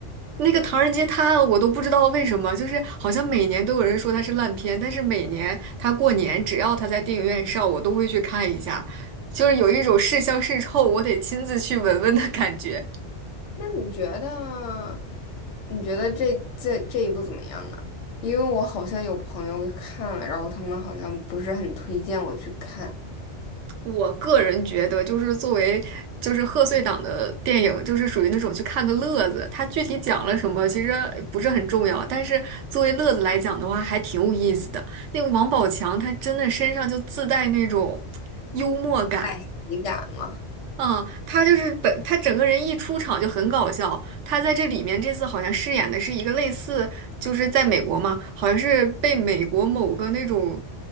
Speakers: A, on the right (about 80°); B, on the left (about 80°).
A: 那个《唐人街探案》我都不知道为什么，
B: 对，
A: 就是好像每年都有人说它是烂片，但是每年它过年只要它在电影院上，我都会去看一下，就是有一种是香是臭，我得亲自去闻闻的感觉。
B: 那你觉得你觉得这这这一部怎么样啊？因为我好像有朋友看了，然后他们好像不是很推荐我去看，
A: 我个人觉得，就是作为就是贺岁档的电影，就是属于那种去看个乐子。它具体讲了什么，其实不是很重要，但是作为乐子来讲的话，还挺有意思的。那个王宝强，他真的身上就自带那种幽默感，
B: 赖喜感嘛。
A: 嗯，他就是本他整个人一出场就很搞笑。他在这里面这次好像饰演的是一个类似，就是在美国嘛，好像是被美国某个那种